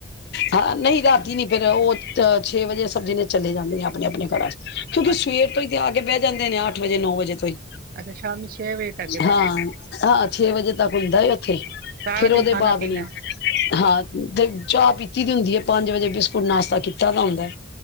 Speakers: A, on the left; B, on the right.
A: ਹਾਂ ਨਹੀਂ ਰਾਤੀ ਨੀ ਫੇਰ ਉਹ ਤਾਂ ਛੇ ਵਜੇ ਸਭ ਜ਼ਣੇ ਚਲੇ ਜਾਂਦੇ ਨੇ ਆਪਣੇ- ਆਪਣੇ ਘਰਾ 'ਚ ਕਿਉਂਕਿ
B: ਅੱਛਾ।
A: ਸਵੇਰ ਤੋਂ ਹੀ ਤੇ ਆ ਕੇ ਬਹਿ ਜਾਂਦੇ ਨੇ ਅੱਠ ਵਜੇ, ਨੌ ਵਜੇ ਤੋਂ ਹੀ
B: ਅੱਛਾ ਸ਼ਾਮੀ ਛੇ ਵਜੇ ਤੱਕ ਏ
A: ਹਾਂ,
B: ਬਸ
A: ਛੇ ਵਜੇ ਤੱਕ ਹੁੰਦਾ ਏ ਉੱਥੇ,
B: ਸਾਰਾ
A: ਫੇਰ
B: ਦਿਨ
A: ਉਹਦੇ
B: ਖਾਣਾ
A: ਬਾਅਦ
B: ਪੀਣਾ
A: ਨੀ,
B: ਹੈ।
A: ਹਾਂ ਤੇ ਚਾਹ ਪੀਤੀ ਦੀ ਹੁੰਦੀ। ਜ ਪੰਜ ਵਜੇ ਬਿਸਕੁਟ ਨਾਸ਼ਤਾ ਕੀਤਾ ਤਾਂ ਹੁੰਦਾ।